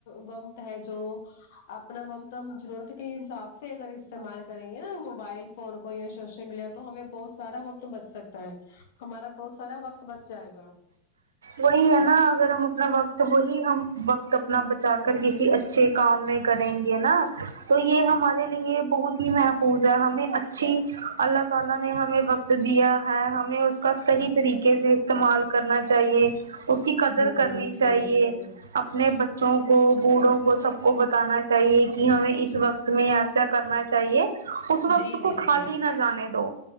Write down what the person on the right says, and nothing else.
وہی ہے نا اگر ہم اپنا وقت وہی ہم وقت اپنا بچا کر کسی اچھے اچھے کام میں کریں گے نا تو یہ ہمارے لیے بہت ہی محفوظ ہے ہمیں اچھی اللہ تعالی نے ہمیں وقت دیا ہے ہمیں اس کا صحیح طریقے سے استعمال کرنا چاہیے اس کی قدر
کرنی
چاہیے
اپنے بچوں کو بوڑھوں کو سب کو بتانا چاہیے کہ ہمیں اس وقت تمہیں ایسا کرنا چاہیے اس وقت
کو
خالی
نہ جانے دو